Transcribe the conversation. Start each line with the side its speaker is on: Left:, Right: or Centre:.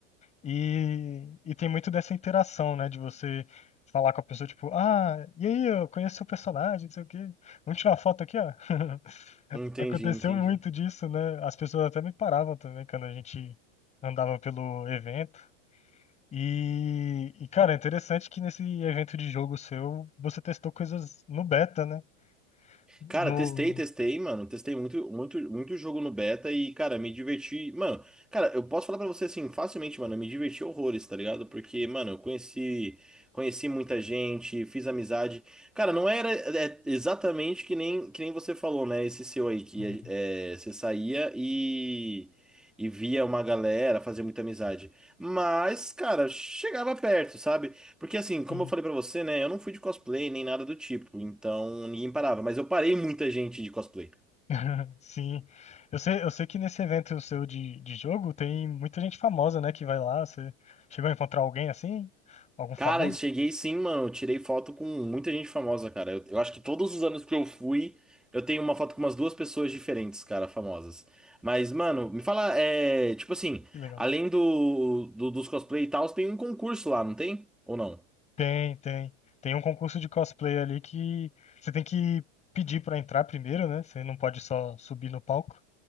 Left: E, e tem muito dessa interação, né? De você falar com a pessoa, tipo, ah, e aí, eu conheço seu personagem, não sei o quê. Vamos tirar uma foto aqui, ó. <laughs>
Centre: Entendi,
Left: Aconteceu
Centre: entendi.
Left: muito disso, né? As pessoas até me paravam também quando a gente andava pelo evento. E, e cara, é interessante que nesse evento de jogo seu, você testou coisas no beta, né? No.
Centre: Cara, testei, testei, mano. Testei muito, muito, muito jogo no beta e, cara, me diverti. Mano, cara, eu posso falar pra você assim, facilmente, mano, eu me diverti horrores, tá ligado? Porque, mano, eu conheci, conheci muita gente, fiz amizade. Cara, não era é, exatamente que nem, que nem você falou, né? Esse seu aí, que
Left: Uhum.
Centre: é, você saía e, e via uma galera, fazia muita amizade. Mas, cara, chegava perto, sabe? Porque assim, como
Left: Sim.
Centre: eu falei pra você, né? Eu não fui de cosplay nem nada do tipo, então ninguém parava. Mas eu parei muita gente de cosplay.
Left: <laughs> Sim. Eu sei, eu sei que nesse evento seu de, de jogo tem muita gente famosa, né, que vai lá. Você chegou a encontrar alguém assim? Algum famoso?
Centre: Cara, eu cheguei sim, mano. eu Tirei foto com muita gente famosa, cara. Eu, eu acho que todos os anos que eu fui, eu tenho uma foto com umas duas pessoas diferentes, cara, famosas. Mas, mano, me fala, é. Tipo assim,
Left: Que legal.
Centre: além do, do- dos cosplay e tal, tem um concurso lá, não tem? Ou não?
Left: Tem, tem. Tem um concurso de cosplay ali que você tem que pedir pra entrar primeiro, né? Você não pode só subir no palco.